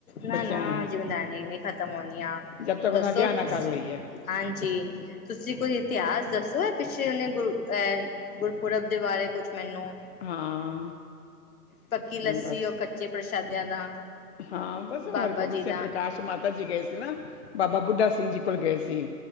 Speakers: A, on the left; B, on the left.
A: ਨਾ
B: ਬੱਚਿਆਂ
A: ਨਾ ਜਿਮੇਦਾਰੀ ਨੀ ਖਤਮ ਹੋਣੀਆਂ
B: ਜਬ ਤੱਕ
A: ਦੱਸੋ
B: ਉਹਨਾਂ ਵਿਆਹ ਨਾ
A: ਤੁਸੀਂ
B: ਕਰ ਲਈਏ
A: ਹਾਂਜੀ, ਤੁਸੀਂ ਕੋਈ ਇਤਿਹਾਸ ਦੱਸੋ ਐ ਪਿੱਛੇ ਉਹਨੇ ਗੁਰ ਗੁਰਪੁਰਬ ਦੇ ਬਾਰੇ ਕੁਛ ਮੈਨੂੰ
B: ਹਾਂ।
A: ਪੱਕੀ ਲੱਸੀ
B: ਬਸ
A: ਉਹ ਕੱਚੇ ਪ੍ਰਸ਼ਾਦਿਆਂ ਦਾ
B: ਹਾਂ ਬਸ ਹੋਰ
A: ਬਾਬਾ
B: ਗੋਬਿੰਦ
A: ਜੀ
B: ਸਿੰਘ
A: ਦਾ
B: ਪ੍ਰਕਾਸ਼ ਮਾਤਾ ਜੀ ਗਏ ਸੀ ਨਾ ਬਾਬਾ ਬੁੱਢਾ ਸਿੰਘ ਜੀ ਕੋਲ ਗਏ ਸੀ।